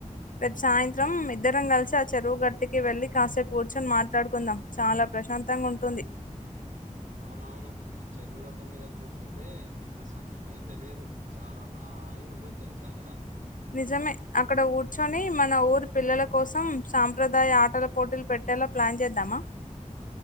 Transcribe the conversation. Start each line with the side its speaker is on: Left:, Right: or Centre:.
Left: రేపు సాయింత్రం ఇద్దరం గలిసి ఆ చెరువు గట్టికి వెళ్ళి కాసేపు కూర్చొని మాట్లాడుకుందాం చాలా ప్రశాంతం గుంటుంది
Right: అవునవును చెరువుగడ్డ మీద కూర్చుంటే అసలు సమయమే తెలియదు చాలా హా హాయిగ ఉంటుంది తెలుసా అక్కడ
Left: నిజమే అక్కడ కూర్చొని మన ఊరు పిల్లల కోసం సాంప్రదాయ ఆటల పోటీలు పెట్టేలా ప్లాన్ జేద్దామా